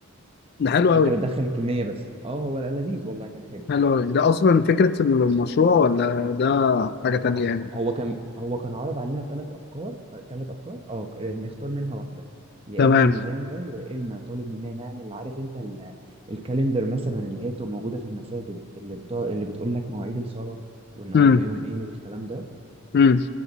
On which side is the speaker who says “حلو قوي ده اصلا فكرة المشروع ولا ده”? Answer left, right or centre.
Left